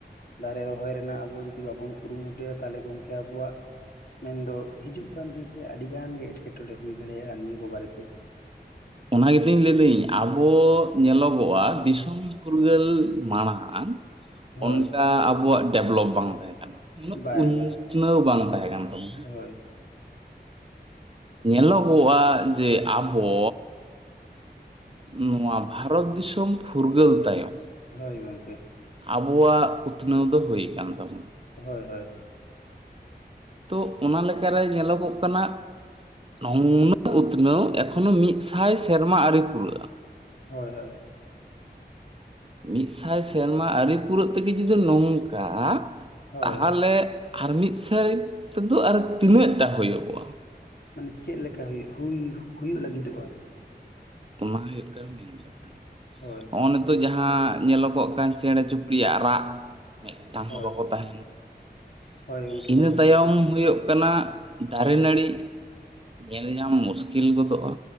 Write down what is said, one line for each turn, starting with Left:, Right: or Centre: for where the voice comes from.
Left: ᱫᱟᱨᱮ ᱨᱚᱦᱚᱭ ᱨᱮᱱᱟᱜ ᱟᱵᱚ ᱡᱩᱫᱤ ᱵᱟᱵᱚᱱ ᱠᱩᱨᱩ ᱢᱩᱴᱩᱭᱟ ᱛᱟᱞᱦᱮ ᱜᱚᱝᱠᱮ ᱟᱵᱚᱣᱟᱜ ᱢᱮᱱᱫᱚ ᱦᱤᱡᱩᱜ ᱠᱟᱱ ᱫᱤᱱ ᱨᱮ ᱟᱹᱰᱤ ᱜᱟᱱ ᱜᱮ ᱮᱴᱠᱮᱴᱚᱸᱬᱮ ᱦᱩᱭ ᱫᱟᱲᱮᱭᱟᱜ-ᱟ ᱱᱤᱭᱟᱹ ᱠᱚ ᱵᱟᱨᱮ ᱛᱮ᱾
Right: ᱚᱱᱟ ᱜᱤᱛᱚᱧ ᱞᱟᱹᱭ ᱫᱟᱹᱧ ᱟᱵᱚ ᱧᱮᱞᱚᱜᱚᱜ-ᱟ ᱫᱤᱥᱚᱢ ᱯᱷᱩᱨᱜᱟᱹᱞ ᱢᱟᱲᱟᱝ᱾
Left: ᱦᱳᱭ
Right: ᱚᱱᱠᱟ ᱟᱵᱚᱣᱟᱜ ᱰᱮᱵᱷᱞᱚᱯ ᱵᱟᱝ ᱛᱟᱦᱮᱸ ᱠᱟᱱᱟ ᱩᱱᱟᱹᱜ
Left: ᱵᱟᱭ
Right: ᱩᱸᱛᱱᱟᱹᱣ
Left: ᱵᱟᱭ
Right: ᱵᱟᱝ ᱛᱟᱦᱮᱸ ᱠᱟᱱᱟ᱾
Left: ᱦᱳᱭ
Right: ᱧᱮᱞᱚ ᱜᱚᱜ-ᱟ ᱡᱮ ᱟᱵᱚ ᱱᱚᱶᱟ ᱵᱷᱟᱨᱚᱛ ᱫᱤᱥᱚᱢ ᱯᱷᱩᱨᱜᱟᱹᱞ ᱛᱟᱭᱚᱢ᱾
Left: ᱦᱳᱭ ᱜᱚᱝᱠᱮ᱾
Right: ᱟᱵᱚᱣᱟᱜ ᱩᱛᱱᱟᱹᱣ ᱫᱚ ᱦᱳᱭ ᱠᱟᱱ ᱛᱟᱵᱚᱱᱟ᱾
Left: ᱦᱳᱭ, ᱦᱳᱭ᱾
Right: ᱛᱚ ᱚᱱᱟ ᱞᱮᱠᱟ ᱨᱮ ᱧᱮᱞᱚ ᱜᱚᱜ ᱠᱟᱱᱟ᱾ ᱱᱩᱱᱟᱹᱜ ᱩᱛᱱᱟᱹᱣ ᱮᱠᱷᱚᱱᱚ ᱢᱤᱫᱥᱟᱭ ᱥᱮᱨᱢᱟ ᱟᱨᱤ ᱯᱩᱨᱟᱹᱜ-ᱟ᱾
Left: ᱦᱳᱭ, ᱦᱳᱭ᱾
Right: ᱢᱤᱫᱥᱟᱭ ᱥᱮᱨᱢᱟ ᱟᱹᱣᱨᱤ ᱯᱩᱨᱟᱹᱜ ᱛᱮᱜᱮ ᱡᱩᱫᱤ ᱱᱚᱝᱠᱟ
Left: ᱦᱳᱭ
Right: ᱛᱟᱦᱞᱮ ᱟᱨ ᱢᱤᱫ ᱥᱟᱭ ᱛᱮᱫᱚ ᱟᱨ ᱛᱤᱱᱟᱹᱜ ᱴᱟ ᱦᱳᱭᱳᱜᱚᱜ-ᱟ᱾
Left: ᱢᱟᱱᱮ ᱪᱮᱜ ᱞᱮᱠᱟ ᱦᱩᱭᱩᱜ ᱦᱩᱭ ᱦᱩᱭᱩᱜ ᱞᱟᱹᱜᱤᱫᱚᱜᱼᱟ᱾
Right: ᱚᱱᱟ ᱦᱩᱭᱩᱜ ᱠᱟᱱ ᱢᱮᱱ ᱠᱟᱛᱷᱟ <unintelligible>
Left: ᱦᱳᱭ
Right: ᱱᱤᱛᱚᱜ ᱡᱟᱦᱟ ᱧᱮᱞᱚᱜᱚᱜ ᱠᱟᱱ ᱪᱮᱸᱬᱮ ᱪᱩᱯᱲᱤ ᱭᱟᱜ ᱨᱟᱜ ᱢᱤᱫᱴᱟᱝ
Left: ᱦᱳᱭ
Right: ᱦᱚᱸ ᱵᱟᱠᱚ ᱛᱟᱦᱮᱱᱟ ᱾
Left: ᱦᱳᱭ ᱜᱚᱢᱠᱮ
Right: ᱤᱱᱟᱹ
Left: ᱵᱟᱠᱚ ᱛᱟᱦᱮᱱᱟ
Right: ᱛᱟᱭᱚᱢ ᱦᱚᱭᱚᱜ ᱠᱟᱱᱟ ᱫᱟᱨᱮ ᱱᱟᱹᱲᱤ ᱧᱮᱞ ᱧᱟᱢ ᱢᱩᱥᱠᱤᱞ ᱜᱚᱫᱚᱜᱼᱟ᱾